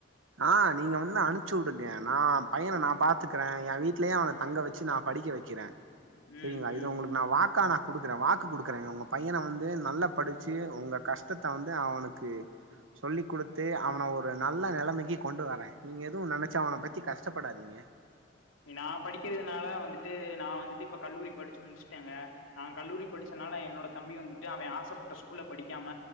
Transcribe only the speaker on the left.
ம்,
ம்,
ம், ம்,
ம்.
நா படிக்கிறதுனால வந்துட்டு நா வந்துட்டு இப்ப கல்லூரி படுச்சு முடிச்சுட்டேங்க நா கல்லூரி படுச்ச துனால என்னோட தம்பி வந்துட்டு அவே ஆசப்பட்ட ஸ்கூல்ல படிக்காம